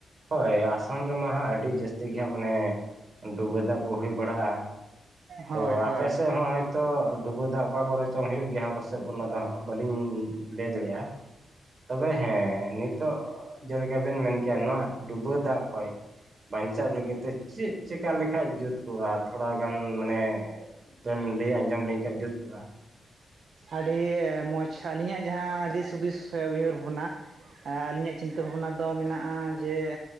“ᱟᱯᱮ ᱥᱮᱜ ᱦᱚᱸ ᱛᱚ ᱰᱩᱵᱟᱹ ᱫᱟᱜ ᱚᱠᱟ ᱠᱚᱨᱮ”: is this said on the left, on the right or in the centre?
Right